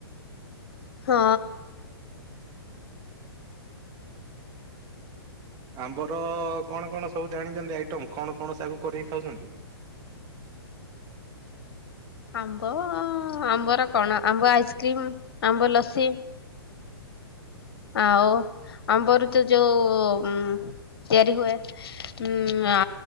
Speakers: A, on the left (about 65°); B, on the right (about 30°).
A: ହଁ।
B: ଆମ୍ବର କଣ କଣ ସବୁ ଜାଣିଛନ୍ତି ଆଇଟମ୍ କଣ କଣ ସବୁ କରିକି ଖାଉଛନ୍ତି?
A: ଆମ୍ବ ଆମ୍ବର କଣ ଆମ୍ବ ଆଇସ୍କ୍ରିମ ଆମ୍ବ ଲସି ଆଉ ଆମ୍ବର ତ ଯୋଉ ଉଁ ତିଆରି ହୁଏ ହୁଁ ଆ